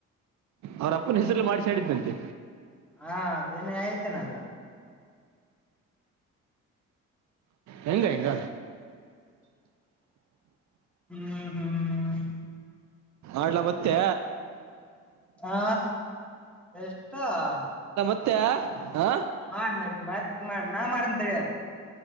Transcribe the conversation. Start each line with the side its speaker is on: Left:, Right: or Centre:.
Right: ಅವ್ರಪ್ಪನ ಹೆಸರುಲ್ಲ ಮಾಡಿಸಾಡಿದ್ದಂತೆ
Centre: ಹಾ ಅದೇನ ಆಯ್ತೇನೆ ಅದ
Right: ಹೆಂಗ ಹೆಂಗ್ರ
Centre: ಹ್ಮ್ ಹ್ಮ್ ಹ್ಮ್
Right: <unintelligible> ಮತ್ತೆ
Centre: ಹಾ ಎಷ್ಟ ಹ <inaudible>
Right: ಮತ್ತ ಹ
Centre: ಮಾಡ ಮತ್ ಮತ್ ಮಾಡ ನಾ ಮಾಡಂತಳ